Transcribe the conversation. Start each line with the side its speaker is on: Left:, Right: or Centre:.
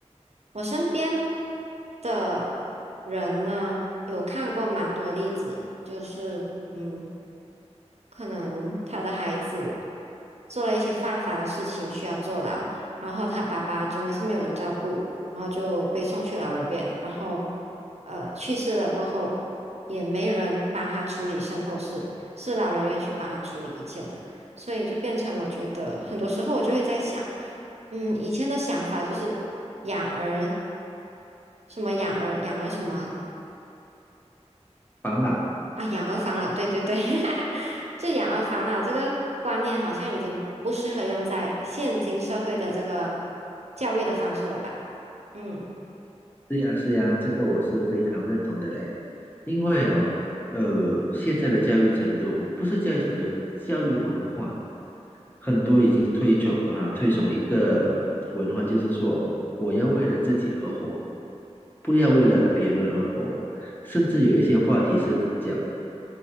Right: 我身边的人呢，有看过蛮多例子，就是嗯，可能他的孩子做了一些犯法的事情需要坐牢，然后他爸爸真的是没有人照顾，然后就被送去老人院，然后呃去世了过后。也没人帮他处理身后事，是老人院去帮他处理一切的，所以就变成我觉得很多时候我就会在想，嗯，以前的想法就是养儿什么养儿养儿什么啊
Left: 防老，
Right: 啊养儿防老，对对对，<laughs> 就养儿防老这个观念好像已经不适合用在现今社会的这个教育的方式了吧，嗯。
Left: 是呀是呀，这个我是非常认同的嘞。因为啊，呃，现在的教育程度不是教育程度，教育文化很多已经推崇啊，推崇一个文化，就是说我要为了自己而活，不要为了别人而活，甚至有一些话题是讲，